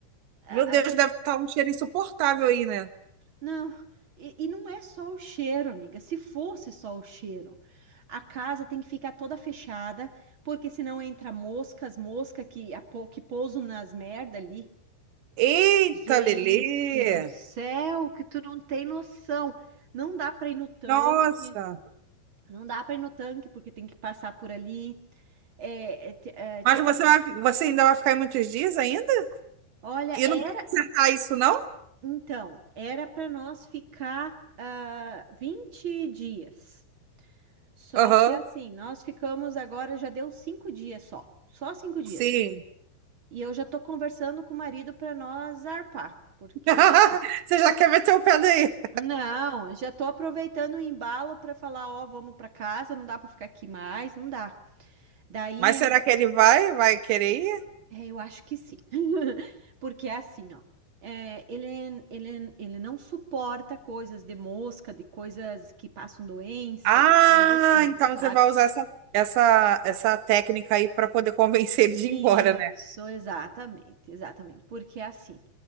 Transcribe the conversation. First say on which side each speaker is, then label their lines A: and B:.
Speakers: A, on the right; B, on the right.
A: A-
B: Meu Deus,
A: a-
B: deve estar um cheiro insuportável aí, né?
A: não, e, e não é só o cheiro, amiga. Se fosse só o cheiro, a casa tem que ficar toda fechada, porque senão entra moscas, mosca que, a po- que pousam nas merda ali.
B: Eita,
A: Gente
B: Lelê.
A: do céu, que tu não tem noção. Não dá para ir no tanque.
B: Nossa.
A: Não dá para ir no tanque porque tem que passar por ali. É, é, t- é,
B: Mas
A: tipo
B: você
A: assim,
B: vai, você ainda vai ficar aí muitos dias ainda?
A: olha,
B: E
A: era
B: não vai consertar isso, não?
A: então, era para nós ficar ah, 20 dias. Só
B: Aham,
A: que assim, nós ficamos agora, já deu cinco dias só, só cinco dias.
B: sim.
A: E eu já tô conversando com o marido para nós zarpar, porque
B: <laughs> Você já quer meter o pé daí.
A: não, já tô aproveitando o embalo para falar, ó, vamos para casa, não dá para ficar aqui mais, não dá. Daí
B: Mas será que ele vai? Vai querer ir?
A: É, eu acho que sim. <laughs> Porque é assim, ó. é, ele, é, ele, é, ele não suporta coisas de mosca, de coisas que passam doença,
B: Ah,
A: de coisa assim,
B: então
A: sabe?
B: você vai usar essa, essa, essa técnica aí para poder convencer ele de
A: Isso,
B: ir embora, né?
A: exatamente, exatamente. Porque é assim,